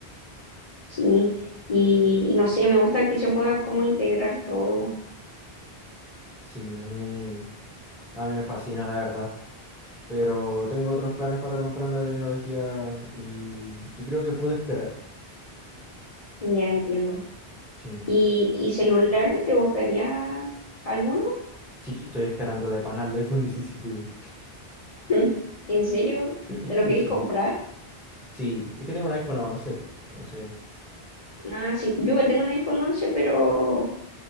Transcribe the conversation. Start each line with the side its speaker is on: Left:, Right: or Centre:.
Left: Sí, y, y no sé, me gusta que se pueda como integrar todo.
Centre: sí, a mí, a mí me fascina, la verdad. Pero tengo otros planes para comprarme de tecnología y yo creo que puedo esperar.
Left: Ya entiendo.
Centre: Sí.
Left: ¿Y, y celulares te gustaría alguno?
Centre: Sí, estoy esperando de pana el iPhone <laughs> 17, güey.
Left: <laughs> ¿En serio?
Centre: <clears throat>
Left: ¿Te lo querés
Centre: Sí,
Left: comprar?
Centre: sí, es que tengo un iPhone 11, entonces...
Left: Ah, sí, yo igual tengo un iPhone once pero...